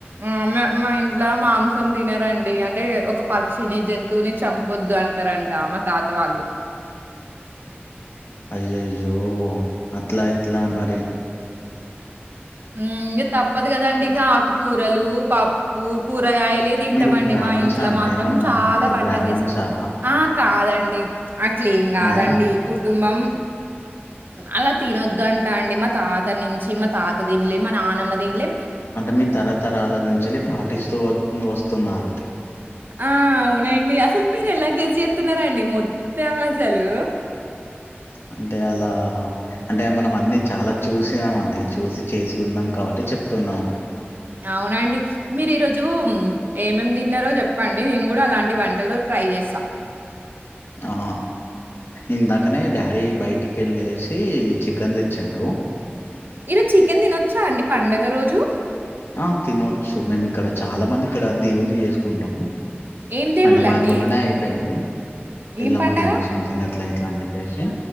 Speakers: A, on the right; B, on the left.
A: ఆ మా మా ఇంట్లా మాంసం తినరండి అంటే ఒక పక్షిని జంతువుని చంపొద్దు అంటారంట మా తాత వాళ్ళు
B: అయ్యయ్యో అట్లా ఇట్లా మరి
A: ఉమ్ ఇంగ తప్ తప్పదు కదండి ఇక ఆకుకూరలు పప్ ఊకూ కూరగాయలే తింటమండి
B: మీరు బ్రాహ్మణ్సా
A: మా ఇంట్ల
B: అండి
A: మాత్రం
B: ఏమన్నా
A: చాలా
B: మీరు
A: వంటలు
B: బ్రాహ్మణ్సా
A: చేస్తారు ఆ కాదండి అట్లేం కాదండి
B: మరి
A: కుర్ కుటుంబం అలా తినొద్దంటా అండి మా తాత నుంచి మా తాత్ తిన్లే మా నానమ్మ తిన్లే
B: అంటే మీర్ తరతరాల నుంచెలి పాటిస్తూ వ స్తున్నారు
A: ఆ అవునండి అసలు మీర్ ఎలా గేజ్ చేస్తున్నారండి మొత్తం అసలు
B: అంటే అలా అంటే మనం అన్ని చాలా చూసినామండి చూసి చేసి ఉన్నాం కాబట్టే చెప్తున్నాను
A: అవునండి మీరు ఈరోజూ ఏమేమి తిన్నరో చెప్పండి నేను కూడా అలాంటి వంటలు ట్రై చేస్సా
B: ఆ ఇందాకనే డాడి బయటికెళ్ళేసి చికెన్ తెచ్చాడూ
A: ఈరోజ్ చికెన్ తినొచ్చా అండి పండగ రోజు
B: ఆ తినొచ్చు మేము ఇక్కడ చాలా మంది ఇక్కడ దేవున్ని చేసుకుంటమ్
A: ఏం దేవుళ్ళండి?
B: అంటె మాది మొన్ననే అయిపోయింది
A: ఏం
B: ఎల్లమ్మ
A: పండగ?
B: దేవుడు సమ్తింగ్ అ ఇట్ల ఇట్ల అని చెప్పేసి